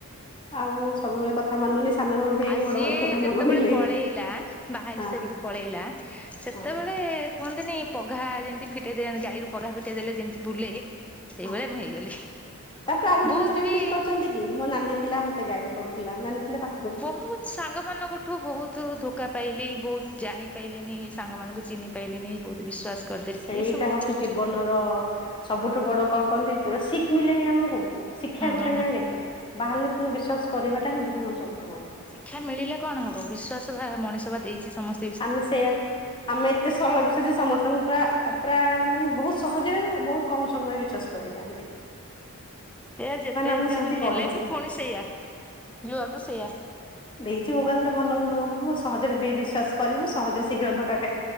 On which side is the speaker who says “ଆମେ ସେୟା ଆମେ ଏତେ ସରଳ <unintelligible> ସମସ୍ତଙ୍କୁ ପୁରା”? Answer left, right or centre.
Left